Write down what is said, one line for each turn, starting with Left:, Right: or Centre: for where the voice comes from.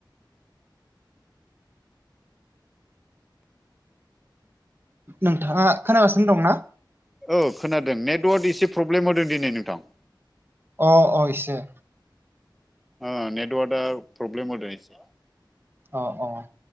Right: नोंथाङा खोनागासिनो दं ना?
Centre: औ खोनादों नेटवार्क एसे प्रब्लेम होदों दिनै नोंथां।
Right: अ अ इसे
Centre: आ नेटवर्ट या प्रग्रेम होदों एसे।
Right: अ अ